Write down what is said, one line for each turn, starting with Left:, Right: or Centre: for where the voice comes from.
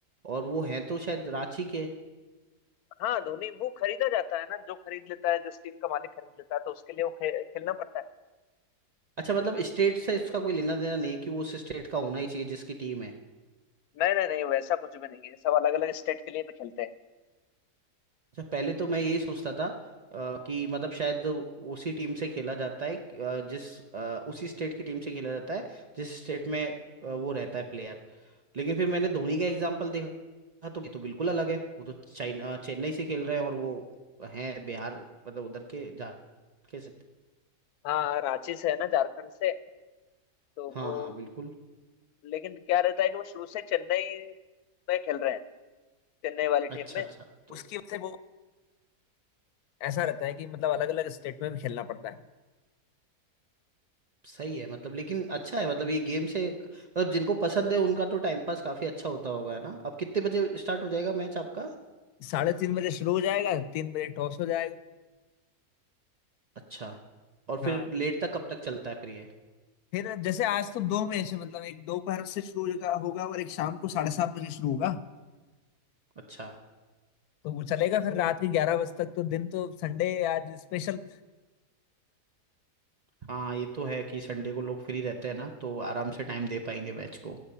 Right: और वो है तो शायद रांची के
Left: हाँ धोनी वो खरीदा जाता है ना जो खरीद लेता है जिस टीम का मालिक खरीद लेता है तो उसके लिए वो खे, खेलना पड़ता है
Right: अच्छा मतलब स्टेट से इसका कोई लेना देना नहीं है कि वो उस स्टेट का होना ही चाहिए जिसकी टीम है
Left: नहीं नहीं नहीं वैसा कुछ भी नहीं है सब अलग अलग स्टेट के लिए भी खेलते हैं
Right: अच्छा पहले तो मैं यही सोचता था अ, कि मतलब शायद उसी टीम से खेला जाता है अ, जिस अ, उसी स्टेट की टीम से खेला जाता है जिस स्टेट में अ, वो रहता है प्लेयर लेकिन फिर मैंने धोनी का एग्जाम्पल देखा तो ये तो बिल्कुल अलग है वो तो चाइना चेन्नई से खेल रहे हैं और वो हैं बिहार मतलब उधर के झारखंड के से-
Left: हाँ हाँ, रांची से है ना झारखंड से तो
Right: हाँ
Left: वो
Right: बिल्कुल
Left: लेकिन क्या रहता है कि वो शुरू से चेन्नई में खेल रहे हैं चेन्नई वाली टीम
Right: अच्छा
Left: में
Right: अच्छा तो
Left: उसकी वजह से वो ऐसा रहता है कि मतलब अलग अलग स्टेट में भी खेलना पड़ता है
Right: सही है मतलब लेकिन अच्छा है मतलब ये गेम से मतलब जिनको पसंद है उनका तो टाइम पास काफी अच्छा होता होगा है ना अब कितने बजे स्टार्ट हो जाएगा मैच आपका
Left: साढ़े तीन बजे शुरू हो जाएगा तीन बजे टॉस हो जाएगा
Right: अच्छा और
Left: हाँ
Right: फिर लेट तक कब तक चलता है फिर ये
Left: फिर जैसे आज तो दो मैच है मतलब एक दोपहर से शुरू होगा होगा और एक शाम को साढ़े सात बजे शुरू होगा
Right: अच्छा
Left: तो वो चलेगा फिर रात के ग्यारह बजे तक तो दिन तो संडे आज स्पेशल
Right: हाँ ये तो है कि संडे को लोग फ्री रहते हैं ना तो आराम से टाइम दे पाएंगे मैच को